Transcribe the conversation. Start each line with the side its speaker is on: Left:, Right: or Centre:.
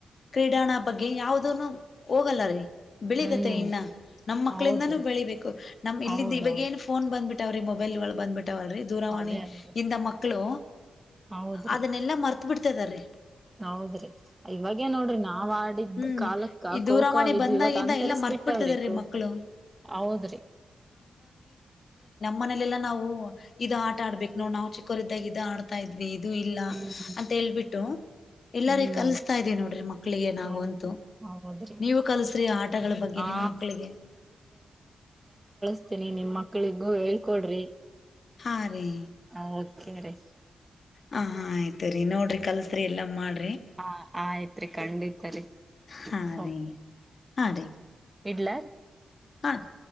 Left: ಕ್ರೀಡಾಣ ಬಗ್ಗೆ ಯಾವ್ದನು ಹೋಗಲ್ಲ ರೀ ಬೆಳೀತತೆ
Right: ಹ್ಮ್
Left: ಇನ್ನ ನಮ್ಮ ಮಕ್ಳಿಂದಾನೂ
Right: ಹೌದ್ರಿ
Left: ಬೆಳಿಬೇಕು ನಮ್ ಇಲ್ಲಿಂದ
Right: ಹೌದೌದು
Left: ಇವಾಗ ಏನು ಫೋನ್ ಬಂದ್ಬಿಟ್ಟ ಅವ್ರ ಮೊಬೈಲ್ಗಳು ಬಂದ್ಬಿಟ್ ಲ್ರಿ ದೂರವಾಣಿ
Right: ಅದೇ ಅಲ್ರಿ
Left: ಹಿಂದ ಮಕ್ ಮಕ್ಕಳು
Right: ಹೌದ್ರಿ
Left: ಅದನ್ನೆಲ್ಲಾ ಮರ್ ತ್ ಬಿಡ್ತಾ ಇದಾರೆ
Right: ಹೌದ್ರಿ ಇವಾಗೇ ನೋಡ್ರಿ ನಾವ್ ಆಡಿದ್ದ
Left: ಹ್ಮ್
Right: ಕಾಲಕ್ಕ
Left: ಈ ದೂರವಾಣಿ
Right: ಕೋಖೋ ಇದಿದ್ವಿ
Left: ಬಂದಾಗಿಂದ
Right: ಇವಾಗ ಅಂತರಿಸಬಿಟ್ಟಾವ್ರಿ
Left: ಎಲ್ಲ ಮರ್ತ್ ಬಿಡ್ತಿದಾರೀ
Right: ಕೋಖೋ
Left: ಮಕ್ಕಳು
Right: ಹೌದ್ರಿ
Left: ಮನೇಲೆಲ್ಲ ನಾವು ಇದು ಆಟ ಆಡ್ಬೇಕು ನೋಡು ನಾವು ಚಿಕೊರ್ ಇದಿದ್ದಾಗ ಇದ ಆಡ್ ಇದ್ವಿ ಇದು ಇಲ್ಲ
Right: ಹ್ಮ್
Left: ಅಂತ ಹೇಳ್ಬಿಟ್ಟು ಎಲ್ಲಾರ
Right: ಹ್ಮ್
Left: ಕಲಸ್ತಾ ಇದೀವಿ ನೋಡ್ರಿ ಮಕ್ಕಳಿಗೆ ನಾವು
Right: ಹೌದ್ರಿ
Left: ಅಂತೂ
Right: ಹೌದ್ರಿ
Left: ನೀವು ಕಲ್ಸ್ರಿ ಆ ಆಟಗಳ ಬಗ್ಗೆ
Right: ಹಾ
Left: ನಿಮ ಮಕ್ಳಿಗೆ
Right: ಮೇ ರೀ ನೀ ನಿಮ್ ಮಕ್ಳಿಗೂ ಹೇಳ್ಕೊಡ್ರಿ
Left: ಹಾ ರೀ
Right: ಹ ಓಕ್ಕೇ ರೀ
Left: ಹಾ ಹಾ ಆಯತು ಸರಿ ನೋಡ್ರಿ ಕಲ್ಸ್ರರಿ ಎಲ್ಲ ಮಾಡ
Right: ಹಾ ಆಯ್ತ್ರಿ ಖಂಡಿತರಿ
Left: ಹಾ
Right: ಓಕ್
Left: ರೀ ಹಾ ರೀ
Right: ಇಡ್ಲ ರೀ
Left: ಹಾ ರೀ.